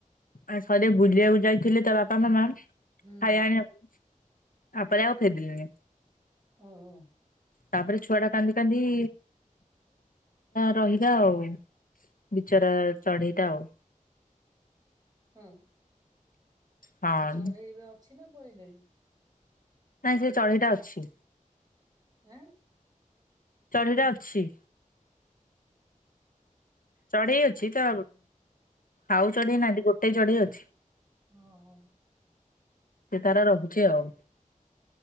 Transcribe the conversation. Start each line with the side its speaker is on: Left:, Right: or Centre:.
Left: ଆଉ ଥରେ ବୁଲିବାକୁ ଯାଇଥିଲେ ତା ବାପା ମାମା ଖାଇବା
Right: ହୁଁ
Left: ଆଣିବାକୁ ତାପରେ ଆଉ ଫେରିଲେନି
Right: ଓହୋ।
Left: ତାପରେ ଛୁଆ ଟା କାନ୍ଦି କାନ୍ଦି ରହିଲା ଆଉ ବିଚରା ଚଢେଇଟା ଆଉ
Right: ହୁଁ।
Left: ହଁ
Right: ଏ ଚଢେଇ ଏବେ ଅଛି ନା ପଳେଇଲାଣି?
Left: ନାଇଁ ସେ ଚଢ଼େଇଟା ଅଛି।
Right: ଆଁ
Left: ଚଢ଼େଇଟା ଅଛି। ଚଢେଇ ଅଛି ତ ଆଉ ଚଢେଇ ନାହାନ୍ତି ଗୋଟେ ଚଢେଇ ଅଛି।
Right: ଓହୋ।
Left: ସେ ତାର ରହୁଛି ଆଉ।